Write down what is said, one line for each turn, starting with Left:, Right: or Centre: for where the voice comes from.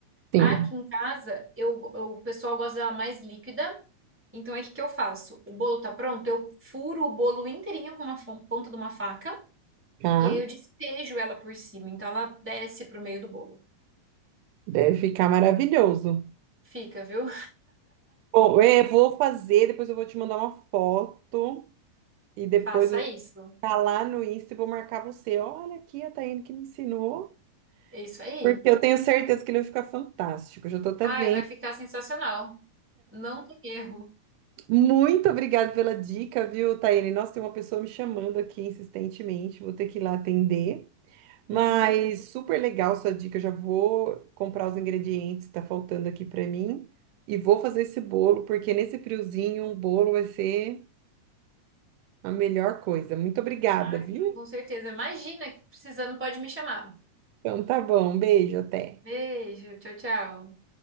Right: Sim,
Centre: Aqui em casa, eu, eu- o pessoal gosta dela mais líquida, então aí o que que eu faço? O bolo tá pronto, eu furo o bolo inteirinho com uma fon- ponta de uma faca
Right: tá?
Centre: e aí eu despejo ela por cima, então ela desce pro meio do bolo.
Right: Deve ficar maravilhoso.
Centre: Fica, viu?
Right: Bom, eu vou fazer, depois eu vou te mandar uma foto e depois
Centre: Faça isso.
Right: tá lá no Insta, eu vou marcar você. Olha aqui a Taiane que me ensinou,
Centre: É isso aí.
Right: porque eu tenho certeza que ele vai ficar fantástico. Já tô até
Centre: Ai,
Right: vendo.
Centre: vai ficar sensacional. Não tem erro.
Right: Muito obrigada pela dica, viu, Taiane? Nossa, tem uma pessoa me chamando aqui insistentemente, vou ter que ir lá atender. Mas
Centre: Uhum.
Right: super legal sua dica, eu já vou comprar os ingredientes que tá faltando aqui para mim e vou fazer esse bolo, porque nesse friozinho um bolo vai ser a melhor coisa. Muito obrigada,
Centre: Ai,
Right: viu?
Centre: com certeza. Imagina, precisando, pode me chamar.
Right: Então tá bom, um beijo, até.
Centre: Beijo, tchau, tchau.